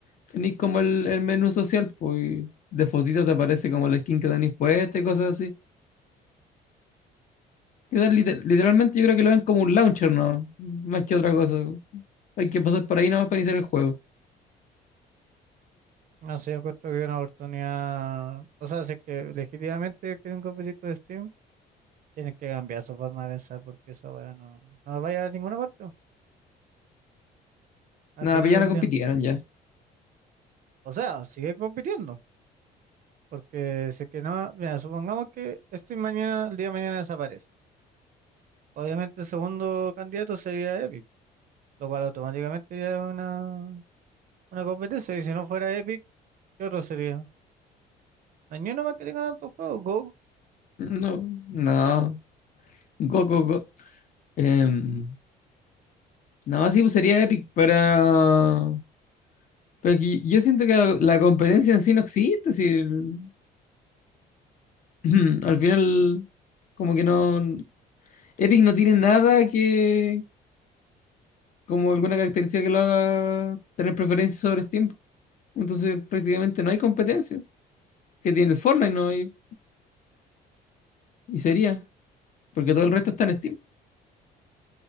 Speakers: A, on the left (about 50°); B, on the right (about 55°).
A: tenéis como el, el menú social, pues y de fotito te aparece como la skin que tenéis puesta y cosas así. Quizás lite- literalmente yo creo que lo ven como un launcher, ¿no? Más que otra cosa. Hay que pasar por ahí nomás para iniciar el juego.
B: No sé, yo encuentro que es una oportunidad. O sea, si es que legítimamente quieren competir con Steam, tienen que cambiar su forma de pensar porque esa weá no, no va a llegar a ninguna parte al
A: Nada,
B: final
A: pues ya
B: del
A: no compitieron
B: día.
A: ya.
B: O sea, sigue compitiendo. Porque si es que no, mira, supongamos que Steam mañana, el día de mañana desaparece. Obviamente el segundo candidato sería Epic, lo cual automáticamente ya es una, una competencia. Y si no fuera Epic, ¿qué otro sería? No hay ni uno más que tenga tantos juegos. Go,
A: No, no. Go, go, go. Em, no, sí, pues sería Epic, pero... pero es que yo siento que la, la competencia en sí no existe. Si el- <clears throat> al final, como que no... Epic no tiene nada que, como alguna característica que lo haga tener preferencia sobre Steam. Entonces prácticamente no hay competencia que tiene el Fortnite, no hay, y sería, porque todo el resto está en Steam.